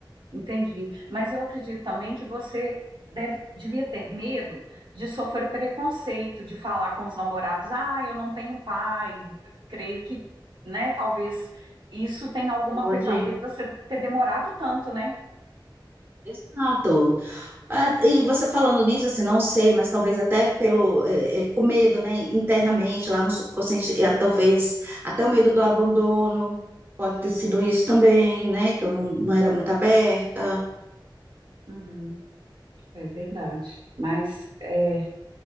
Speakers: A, on the right (about 70°); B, on the right (about 25°).
A: Entendi. Mas eu acredito também que você deve, devia ter medo de sofrer preconceito, de falar com os namorados, ah, eu não tenho pai. Creio que, né, talvez isso tenha alguma
B: Pode.
A: coisa a ver você ter demorado tanto, né?
B: Exato. Ah, E você falando nisso, assim, não sei, mas talvez até pelo, eh, eh, com medo, né, internamente, lá no subconsciente, eh, talvez até o medo do abandono, pode
A: Sim.
B: ter sido isso também, né, que eu não, não era muito aberta,
A: Uhum. É verdade. Mas é.